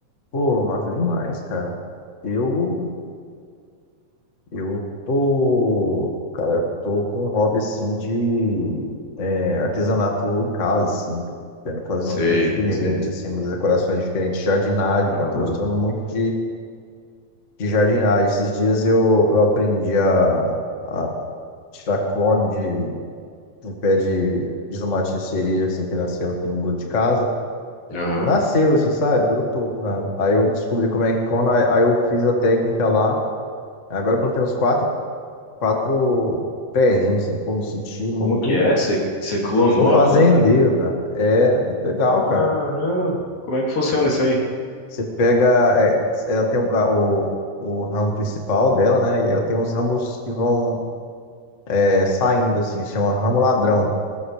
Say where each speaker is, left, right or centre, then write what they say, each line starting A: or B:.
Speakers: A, on the left; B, on the left.
A: pô, massa demais, cara. Eu, eu tô, tô com um hobby, assim, de é, artesanato em casa, assim. Quero fazer
B: Sei,
A: umas coisas diferentes,
B: sei.
A: assim, umas decorações diferentes. Jardinagem,
B: Aham,
A: cara. Tô gostando muito de de jardinagem. Esses dias eu, eu aprendi a, a tirar clone de, de um pé de, de tomate de cereja, assim, que nasceu aqui no muro de casa.
B: aham.
A: Nasceu, assim, sabe? Brotou. né? Aí eu descobri como é que clona, aí aí eu fiz a técnica lá. Agora eu plantei uns quatro, quatro pezinhos, assim. Pô, me senti muito...
B: Como que é? Você você clonou
A: Me senti um fazendeiro,
B: a planta?
A: cara. É, muito legal,
B: Caramba,
A: cara.
B: como é que funciona isso aí?
A: Você pega... É, ela tem o, ga- o, o ramo principal dela, né? E aí eu tenho os ramos que vão é, saindo, assim, chama ramo ladrão,